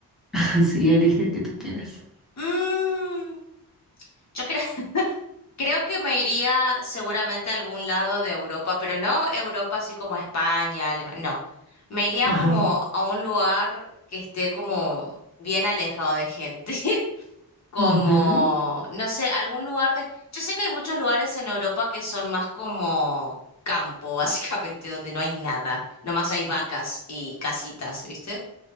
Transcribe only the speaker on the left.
Mm, yo creo, <laughs> creo que me iría seguramente a algún lado de Europa, pero no Europa así como España, Alemania, no. Me iría
como a un lugar que esté como bien alejado de gente. <laughs> como,
no sé, algún lugar de... Yo sé que hay muchos lugares en Europa que son más como campo, <laughs> básicamente, donde no hay nada, nomás hay vacas y casitas, ¿viste?